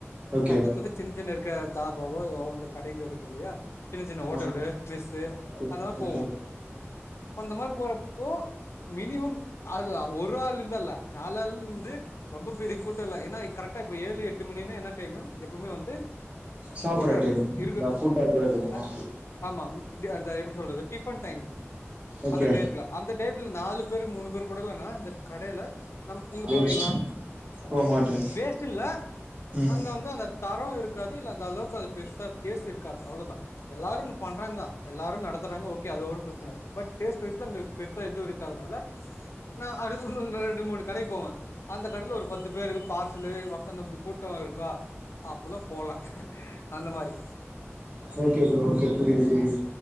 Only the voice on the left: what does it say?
பக்கத்துல சின்ன சின்ன இருக்க தா வ அந்த கடைங்க இருக்கும் இல்லையா சின்ன சின்ன ஓட்டலு
மெஸ்ஸு
அதத
போவோம் அந்த மாதிரி போறப்போ மினிமம் அது ஒரு ஆள் இருந்தல்ல நால் ஆளு இருந்து ரொம்ப பெரிய கூட்டம்ல்ல ஏன்னா கரெக்டா ஏழு எட்டு மணின்னா என்ன எப்பயுமே எப்பவுமே வந்து
கூட்டம்
இருக்கு
ஆஹ் ஆமா உம் டே அந்த அது எப்படி சொல்றது டிபன் டைம்மு
அந்த டைத்துல அந்த டைத்துல நாலு பேரு மூணு பேரு கூட்டலனா இந்த கடையில நம் நீங்க
போவீங்களா
வேஸ்ட்டுல
அங்க ந்து அந்த தர இருக் இருக்காது இல்ல அந்த அளவுக்கு அது பெருசா டேஸ்ட் இருக்காது அவ்வளவுதான் எல்லாரும் பண்றாங்க தான் எல்லாரும் நடத்துறாங்க ஓகே அதோ ஒரு புசன <unintelligible> பட் டேஸ்ட் வைஸ்ல அங்க ச எது இருக்கதனால நான் அடுத்த ஒன்னு ரெண் ரெண்டு மூணு கடைக்கு போவேன் அந்த கடையில ஒரு பத்து பேருக்கு பார்சலு ஓக்காந்த கூட்டம் க்கா அப்பல்லா போல அந்த மாரி